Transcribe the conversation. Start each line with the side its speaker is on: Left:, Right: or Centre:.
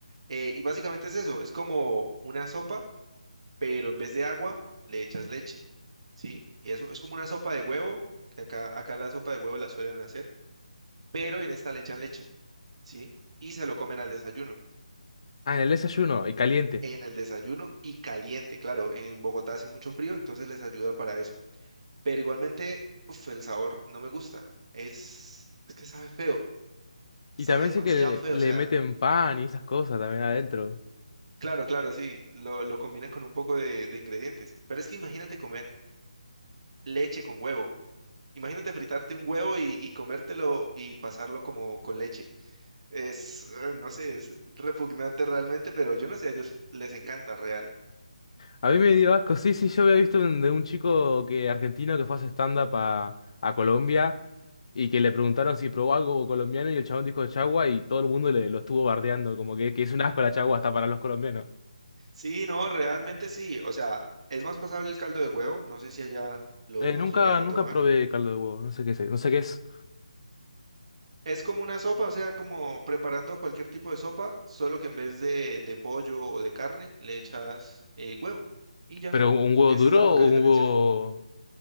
Right: Eh, y básicamente es eso, es como una sopa, pero en vez de agua le echas leche, ¿sí? Y eso es como una sopa de huevo, que acá, acá la sopa de huevo la suelen hacer pero en esta le echan leche, ¿sí? Y se lo comen al desayuno,
Left: Ah, en el desayuno, y caliente.
Right: en el desayuno y caliente, claro, en Bogotá hace mucho frío, entonces les ayuda para eso. Pero igualmente, uf, el sabor no me gusta, es, es que sabe feo, sabe
Left: Y también
Right: demasiado
Left: sé que le,
Right: feo, o sea,
Left: le meten pan y esas cosas también adentro.
Right: claro, claro, sí, lo, lo combinan con un poco de, de ingredientes, pero es que imagínate comer leche con huevo. Imagínate fritarte un huevo y, y comértelo y pasarlo como con leche. Es, eh, no sé, es repugnante realmente, pero yo no sé, a ellos les encanta real.
Left: A mí me dio asco, sí, sí, yo había visto un- de un chico que, argentino que fue a hacer stand-up a, a Colombia y que le preguntaron si probó algo colombiano y el chabón dijo chagua y todo el mundo le, lo estuvo bardeando, como que, que es un asco la chagua hasta para los colombianos.
Right: Sí, no, realmente sí. O sea, es más pasable el caldo de huevo. No sé si allá los
Left: Eh, nunca,
Right: lleguen a
Left: nunca
Right: tomar.
Left: probé caldo de huevo, no sé qué es, no sé qué es.
Right: Es como una sopa, o sea, como preparando cualquier tipo de sopa, solo que en vez de, de pollo o de carne, le echas eh, huevo y ya.
Left: ¿Pero un huevo
Right: Esa
Left: duro
Right: es la única
Left: o
Right: diferencia.
Left: un huevo